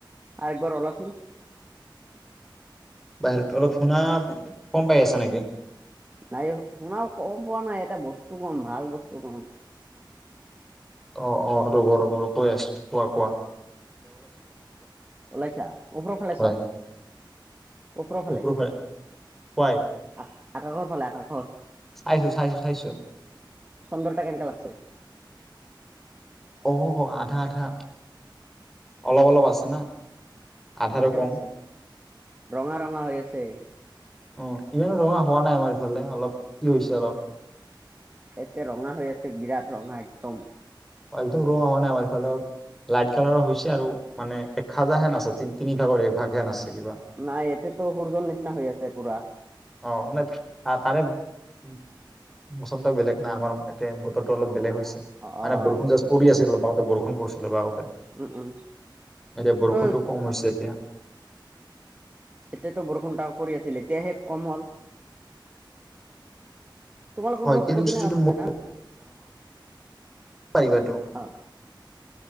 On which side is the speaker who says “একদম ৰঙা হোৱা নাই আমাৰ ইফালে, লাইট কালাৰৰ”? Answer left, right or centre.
Centre